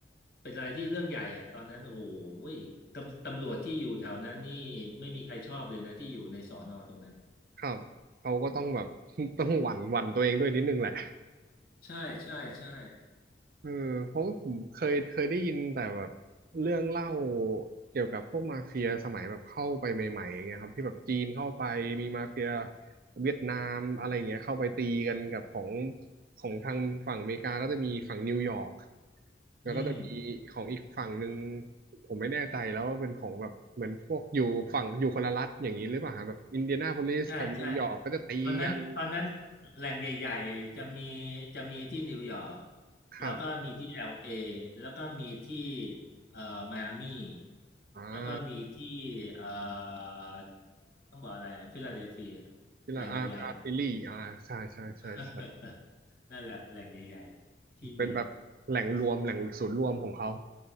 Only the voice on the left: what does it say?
เป็นอะไรที่เรื่องใหญ่อะตอนนั้นโอ้โหยตำตำรวจที่อยู่แถวนั้นนี่ไม่มีใครชอบเลยนะที่อยู่ในสอนอตรงนั้น
ใช่ใช่ใช่
อืม
ใช่ใช่ตอนนั้นตอนนั้นแหล่งใหญ่ๆจะมีจะมีที่นิวยอร์ก
แล้วก็มีที่เอลเอแล้วก็มีที่เอ่อมายอามี่
แล้วก็มีที่เอ่อต้องบอกอะไรอะฟิลาเดลเฟีย
แหล่งใหญ่ๆ <laughs> นั่นแหละแหล่งใหญ่ๆที่มี